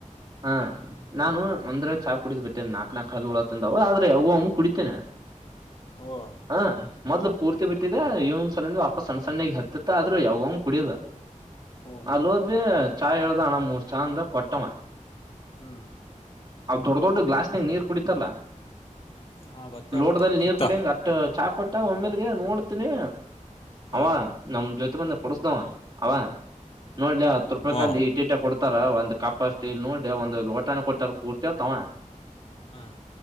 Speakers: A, on the right; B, on the left.
A: ಹಾ ನಾನು ಒಂದ್ರೆ ಚಾ ಕುಡಿದ್ ಬಿಟ್ಟಿನಿ ನಾಕ್ ನಾಕ್ ಹಲ್ ಹುಳ ತಿಂದಾವ ಆದ್ರೆ ಯಾವಾಗೋ ಒಮ್ ಕುಡಿತೇನೆ.
B: ಓ
A: ಹಾ. ಮೊದ್ಲು ಪೂರ್ತಿ ಬಿಟ್ಟಿದೆ ಇವಾಗ ಒಂದ್ ಸರೀನು ವಾಪಸ್ ಸಣ್ಣ ಸಣ್ಣಿಗೆ ಹತ್ತಿತ್ತ ಆದ್ರು ಯಾವಾಗೋ ಒಮ್ ಕುಡಿಯುದು.
B: ಓ
A: ಅಲ್ಲಿ ಹೋದ್ವಿ ಚಾ ಹೇಳ್ದ ಅಣ ಮೂರ್ ಚಾ ಅಂದ ಕೊಟ್ಟವ.
B: ಹ್ಮ್
A: ಅವ ದೊಡ್ ದೊಡ್ ಗ್ಲಾಸ್ನಾಗ ನೀರ್ ಕುಡಿತಾರಾಲ್ಲ
B: ಹಾ ಗೊತ್ತೇಳ
A: ಲೋಟದಲ್ಲಿ ನೀರ್
B: ಗೊತ್ತಾ
A: ಕುಡಿಯಂಗ ಅಷ್ಟ ಚಾ ಕೊಟ್ಟ ಒಮ್ಮೇಲ್ಗೆ ನೋಡ್ತನಿ
B: ಹಾ
A: ಅವ ನಮ್ಮ ಜೊತೆ ಬಂದ್ ಕೊಡಸ್ದವ ಅವ ನೋಡ್ಲೆ ಹತ್ತು ರೂಪಾಯಿಕ
B: ಹ್ಞೂ
A: ಅಲ್ಲಿ ಇಟ್ ಇಟ್ಟೆ ಕೊಡ್ ತಾರ ಒಂದ್ ಕಪ ಅಷ್ಟ್ ಇಲ್ ನೋಡ್ಲೆ ನೋಡಿ ಒಂದು ಲೋಟನ ಕೊಟ್ಟಾರ ಪೂರ್ತಿ ಆತಾವ.
B: ಹ್ಮ್.